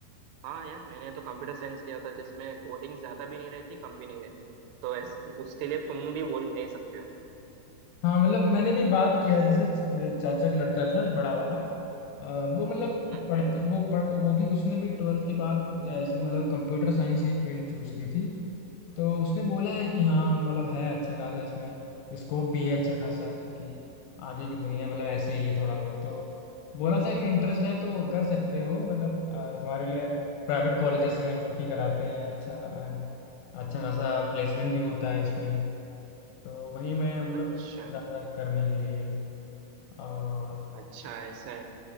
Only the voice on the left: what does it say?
हाँ मतलब मैंने भी बात किया है, जैसे च- मेरे चाचा का लड़का था बड़ा वाला अ, वो मतलब
पढ़ता वो पढ़ वो भी उसने भी ट्वेल्थ के बाद ऐसे मतलब कंप्यूटर साइंस ही फील्ड चूज की थी तो उसने बोला है कि हाँ मतलब है अच्छा खासा इसमें स्कोप भी है अच्छा खासा क्योंकि आगे की दुनिया मतलब ऐसे ही है थोड़ा बहुत तो बोला था कि इंटरेस्ट है तो कर सकते हो मतलब अ, तुम्हारे लिए प्राइवेट कॉलेजेस हैं जो कि कराते हैं अच्छा एंड अच्छा खासा प्लेसमेंट भी होता है इसमें तो वही मैं मतलब
ज़्यादा करने के लिए और